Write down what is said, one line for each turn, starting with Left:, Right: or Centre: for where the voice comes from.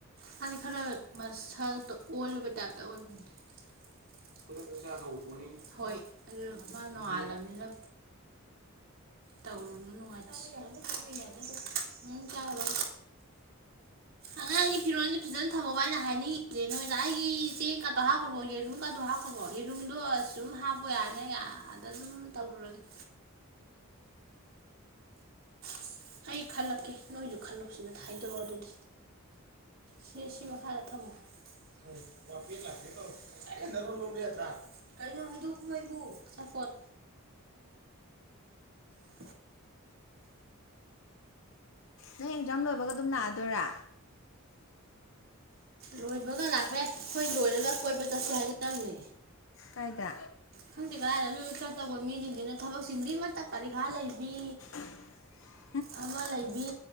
Right: ꯍꯥꯏꯗꯤ ꯈꯔ ꯃꯁꯛꯇꯣ ꯑꯣꯜꯂꯕꯩ ꯇꯥꯏꯞꯇ ꯑꯣꯢꯕꯅꯦ <unintelligible> ꯍꯣꯏ ꯑꯗꯨ ꯃꯥ ꯅꯣꯡꯉꯥꯜꯂꯝꯅꯤꯅ ꯇꯧꯔꯨꯅꯨ ꯅꯨꯡꯉꯥꯏꯇꯦ <unintelligible> ꯍꯝ ꯆꯥꯔꯣꯢ ꯑꯉꯥꯡꯒꯤ ꯐꯤꯔꯣꯟꯖꯤ ꯐꯖꯅ ꯊꯝꯃꯣꯕ ꯑꯩꯅ ꯍꯥꯏꯅꯤꯡꯉꯤꯖꯦ ꯅꯣꯏꯗ ꯑꯩꯒꯤ ꯆꯦꯛ ꯀꯥꯗꯣ ꯍꯥꯞ ꯍꯥꯞꯈ꯭ꯔꯕꯣ ꯌꯦꯔꯨꯝꯒꯥꯗꯣ ꯍꯥꯞꯈ꯭ꯔꯕꯣ ꯌꯦꯔꯨꯝꯗꯣ ꯑꯁꯨꯝ ꯍꯥꯞꯄꯣ ꯌꯥ ꯅꯤ ꯑꯗꯨꯝ ꯇꯧꯔꯨꯔꯒꯦ <unintelligible> ꯑꯩ ꯈꯜꯂꯛꯀꯦ ꯅꯣꯏꯖꯨ ꯈꯜꯂꯣ ꯁꯤꯗ ꯍꯩꯗꯣꯔꯛꯑꯣ ꯑꯗꯨꯗꯤ ꯁꯤ ꯁꯤ ꯃꯈꯥꯗ ꯊꯝꯃꯣ <inaudible> ꯉꯁꯥꯏꯅ ꯅꯔꯣꯟ ꯂꯣꯟꯕ ꯌꯥꯗ꯭ꯔꯥ ꯀꯥꯏꯅꯣ ꯍꯩꯗꯣꯛꯄ꯭ꯔꯩꯕꯨ ꯆꯥꯄꯣꯠ <inaudible> <inaudible>
Left: ꯅꯪ ꯑꯦꯛꯖꯥꯝ ꯂꯣꯏꯕꯒ ꯑꯗꯨꯝ ꯂꯥꯛꯑꯗꯣꯏꯔꯥ
Right: ꯂꯣꯏꯕꯒ ꯂꯥꯛꯄ ꯌꯥꯢ ꯈꯣꯏ ꯂꯣꯏꯔꯒ ꯀꯣꯏꯕ ꯆꯠꯁꯦ ꯍꯥꯏꯅꯝꯅꯦ
Left: ꯀꯥꯏꯗꯥ
Right: ꯈꯪꯗꯦ ꯀꯗꯥꯏꯗ ꯑꯗꯨ ꯆꯠꯇꯧꯕ ꯃꯤꯖꯤꯡꯖꯤꯅ ꯊꯕꯛ ꯆꯤꯟꯕꯤ ꯃꯠꯇ ꯄꯔꯤꯈꯥ ꯂꯩꯕꯤ
Left: <inaudible>
Right: ꯑꯃ ꯂꯩꯕꯤ